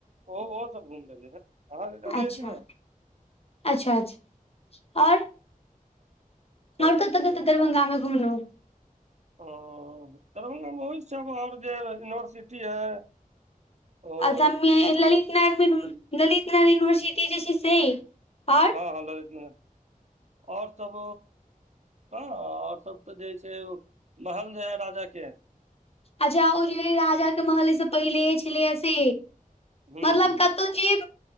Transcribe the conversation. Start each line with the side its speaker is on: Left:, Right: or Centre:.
Right: ओ ओहो त घुमी ह अहाँ चली
Left: अच्छा
Right: ह ने
Left: अच्छा अच्छा आओर आओर
Right: सब
Left: कतहु
Right: बढ़िया
Left: कतौ दरभङंगा मे घुमलू
Right: ओ दरभंगा मे बहुत छैओर जे यूनिवर्सिटी है ओ
Left: अ ललित
Right: हँ
Left: नारायण ललित नाय यूनिवर्सिटी ज छै से आओर
Right: हँ हँ ललितमे आओर सब ह ओर सब तऽ जे है छै महल जे है राजा के
Left: अच्छा ओ जे राजा के महले से पहिले छलै से
Right: हूँ
Left: मतलब
Right: हूँ
Left: कतौ जे